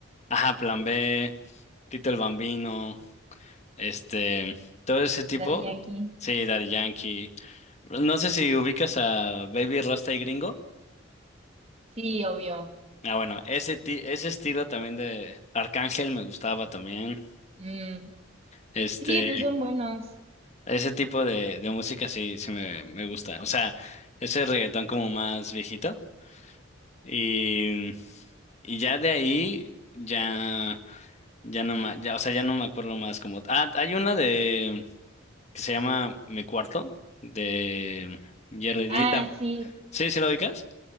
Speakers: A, on the left; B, on the right.
A: ajá, Plan B, Tito el Bambino, este, todo ese tipo.
B: Daddy Yankee.
A: Sí, Daddy Yankee. No sé si ubicas a Baby Rasta y Gringo.
B: Sí, obvio.
A: Ah, bueno, ese, ti- ese estilo también de Arcángel me gustaba también.
B: Mm,
A: Este,
B: Sí, pues son buenos.
A: ese tipo de, de música sí, sí me, me gusta. O sea, ese reggaetón como más viejito. Y, y ya de ahí, ya, ya no ma- ya, o sea, ya no me acuerdo más como. Ah, hay una de que se llama Mi Cuarto, de Jerry D.
B: Ah,
A: tam-
B: sí.
A: ¿Sí, sí lo ubicas?